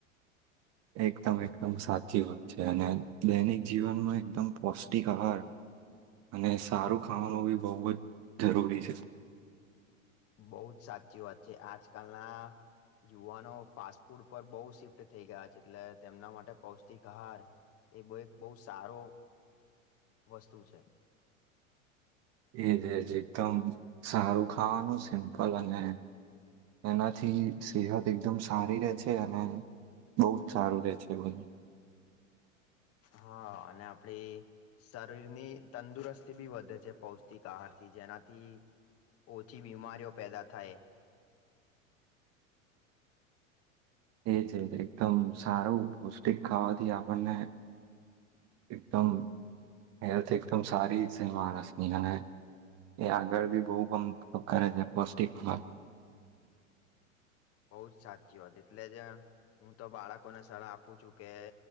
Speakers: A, on the right; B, on the left.
A: <inaudible> એકદમ એકદમ સાચી વાત છે અને દૈનિક જીવનમાં એકદમ પૌષ્ટિક આહાર અને સારું ખાવાનું બી બહુ જ જરૂરી છે.
B: બહુ જ સાચી વાત છે આજકાલના યુવાનો ફાસ્ટ ફૂડ પર બહુ શિફ્ટ થઈ ગયા છે એટલે તેમના માટે પૌષ્ટિક આહાર એ બ એક બહુ સારો વસ્તુ છે.
A: એ દેજ એકદમ સારું ખાવાનું સિમ્પલ અને એનાથી સેહત એકદમ સારી રહે છે અને બહ જ સારું રે છે એ ભ
B: હા અને આપડી શરીરની તંદુરસ્તી બી વધે છે પૌષ્ટિક આહારથી જેનાથી ઓછી બીમારીઓ પેદા થાય.
A: <inaudible> એ છે એકદમ સારું પૌષ્ટિક ખાવાથી આપણને એકદમ હેલ્થ એકદમ સારી સહેમાસમીન એ આગળ બી બહુ કમ કરે છે પૌષ્ટિકાર
B: બઉ જ સાચી હોત એટલે જ હું તો બાળકોને સરળહ આપું છું કે